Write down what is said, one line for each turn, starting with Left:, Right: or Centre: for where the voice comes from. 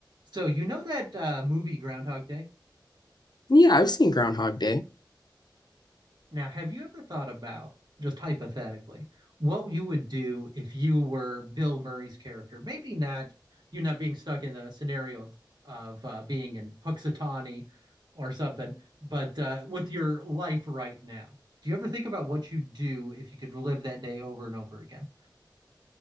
Right: So you know that uh, movie Groundhog Day?
Left: Yeah, I've seen Groundhog Day.
Right: Now, have you ever thought about, just hypothetically, what you would do if you were Bill Murray's character? Maybe not you not being stuck in a scenario of of uh, being in Puxatawny or something, but uh, with your life right now. Do you ever think about what you'd do if you could relive that day over and over again?